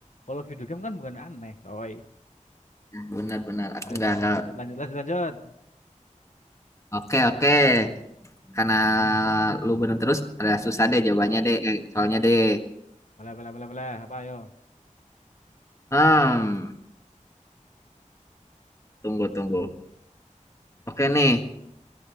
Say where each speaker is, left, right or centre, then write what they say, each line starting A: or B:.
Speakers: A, on the left; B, on the left.
A: Kalau video game kan bukan aneh, coy.
B: Nah, benar-benar aku
A: Ayo
B: nggak
A: dah,
B: nggak
A: lanjut lanjut lanjut lanjut.
B: Oke, oke. Karena lu bener terus, ada susah deh jawabannya deh, eh, soalnya deh.
A: Boleh boleh boleh boleh. Apa ayo?
B: Hmm, tunggu, tunggu. Oke nih.